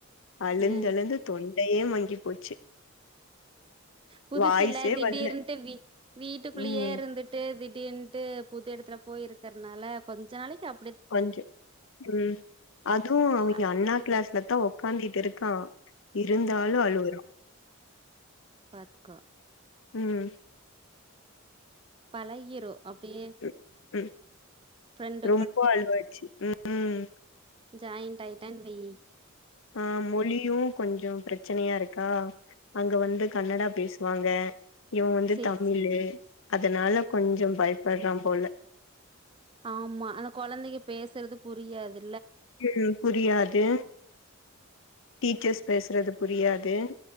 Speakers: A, on the left; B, on the right.
A: அழுந்தழுந்து
B: அ
A: தொண்டையே மங்கி போச்சு
B: புதுசில்ல
A: வாய்ஸே
B: திடீர்ன்ட்டு
A: வல்ல
B: வீட்டுக்குல்லியே
A: ம்
B: இருந்துட்டு திடீன்ட்டு புது எடத்துல போய் இருக்கிறதுனால கொஞ்ச நாளைக்கு அ
A: கொஞ்ச உம் அதுவு அவிங்க
B: அ
A: அண்ணா கிளாஸ் லத்தா ஒக்காந்திட்டிருக்கா இருந்தாலு அழுவுறா
B: பாத்க்கோ
A: உம்
B: பழகிரு அப்டியே
A: ம் ம்
B: ஃப்ரெண்டு
A: ரொம்ப அழுவாச்சு உம் உம்
B: ஜாயின்ட் ஆயிட்டான்னு வெய்
A: ஆஹ் மொழியும் கொஞ்சம் பிரச்சனையா இருக்கா அங்க வந்து கன்னடா பேசுவாங்க இவன் வந்து
B: சேரி
A: தமிழு
B: சேரி
A: அதனால கொஞ்சம் பயப்பறான் போல
B: ஆமா அந்த கொழந்தைங்க பேசுறது புரியாது
A: உம் புரியாது டீச்சர்ஸ் பேசுறது புரியாது